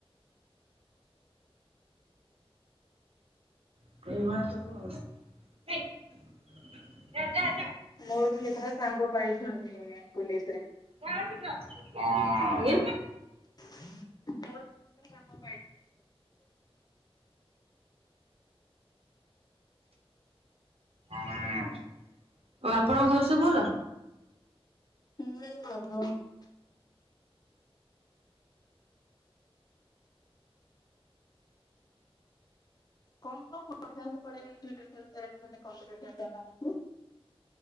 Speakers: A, on the right; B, on the left.
A: <unintelligible>
B: ମୋର ବି କେତଟା ସାଙ୍ଗ ପାଇଛନ୍ତି ପୋଲିସ ରେ।
A: <unintelligible>
B: <unintelligible>
A: ଆଉ ଆପଣଙ୍କ ଘରେ ସବୁ ଭଲ?
B: ହୁଁ <unintelligible> <unintelligible>